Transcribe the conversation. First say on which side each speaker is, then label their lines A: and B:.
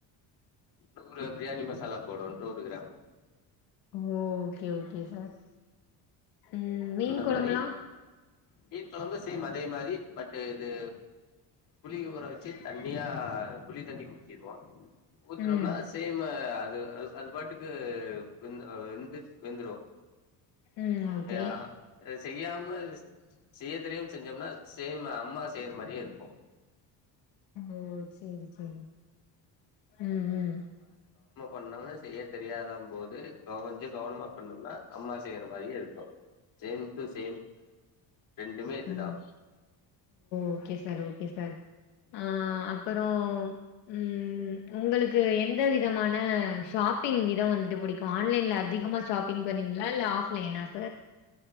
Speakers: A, on the left; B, on the left.
A: நூறு பிரியாணி மசாலா போடும் நூறு கிராம்
B: ஓ ஓகே ஓகே சார் ம் மீன்
A: அந்த
B: கொழம்புலா
A: மாதிரி மீன்குழம்பு அதே மாரி பட் இது புளி ஊற வச்சு தண்ணியா புளி தண்ணி ஊத்திருவோம் ஊத்தனம்னா
B: ம்
A: சேம் அதே அது அ அது பாட்டுக் ந்து ந்து வெந்துரு
B: ம் ஓகே
A: ஆ செய்யாம இரு செய்ய தெரியும் செஞ்சோம்னா செம் அம்மா செய்ற மாரியே இருக்கும்
B: ஓ செரி செரி ம் ம்
A: ஒண்ணுமே செய்யத் தெரியாதம் போது கொஞ்ச கவனமா பண்ணோம்னா அம்மா செய்யற மாரியே இருக்கு சேம் டு சேம் ரெண்டுமே இதுதா
B: ஓ ஓகே சார் ஓகே சார் அஹ் அப்பறம் உம் உங்களுக்கு எந்த விதமான ஷாப்பிங் வித எங்க வந்து பிடிக்கும் ஆன்லைன்ல அதிகமா ஷாப்பிங் பண்ணீங்களா இல்ல ஆப்லைனா சார்